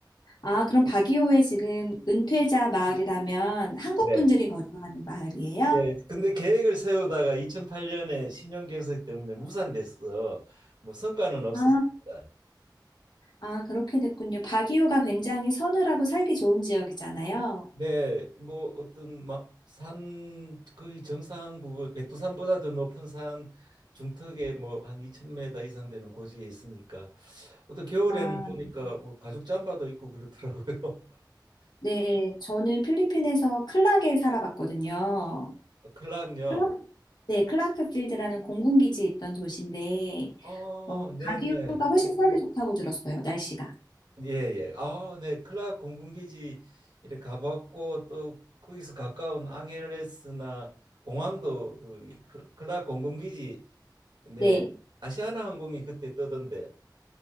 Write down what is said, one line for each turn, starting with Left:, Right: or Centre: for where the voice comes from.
Left: 아, 그럼 바기오에 지금 은퇴자 마을이라면 한국
Right: 네.
Left: 분들이 거주하는 마을이에요?
Right: 예. 근데 계획을 세우다가 2008년에 신용 경색 때문에 무산됐어. 뭐 성과는 없었습니다.
Left: 아, 아, 그렇게 됐군요. 바기오가 굉장히 서늘하고 살기 좋은 지역이잖아요.
Right: 네. 뭐 어떤 막산 거의 정상 부근 백두산보다 더 높은 산 중턱에 뭐 한2천메0 이상 되는 고지에 있으니까 어떤 겨울에는
Left: 아,
Right: 보니까 뭐 가죽 잠바도 입고 그러더라고요.
Left: 네, 저는 필리핀에서 클락에 살아봤거든요.
Right: 어, 클락요.
Left: 클 네, 클라크필드라는 공군기지에 있던 도시인데,
Right: 어,
Left: 어, 바기우가
Right: 네네.
Left: 훨씬 살기 좋다고 들었어요, 날씨가.
Right: 예예. 아, 네. 클락 공군기지 이렇게 가봤고 또 거기서 가까운 앙헬레스나 공항도 그 클- 클락 공군기지 네.
Left: 네.
Right: 아시아나 항공이 그때 뜨던데.